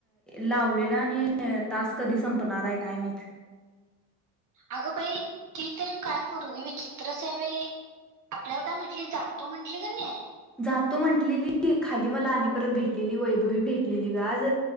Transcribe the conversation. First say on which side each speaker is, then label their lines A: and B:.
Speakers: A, in the centre; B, on the right.
A: लावलेला आणि तास कधी संपणार आहे काय माहित
B: अगं बाई ती तरी काय पोरगी विचित्रचं आहे, बाई आपल्याला काय म्हटली जातो म्हंटली कणी
A: जातो म्हटलेली खाली मला आणि परत भेटलेली, वैभवी भेटलेली गं आज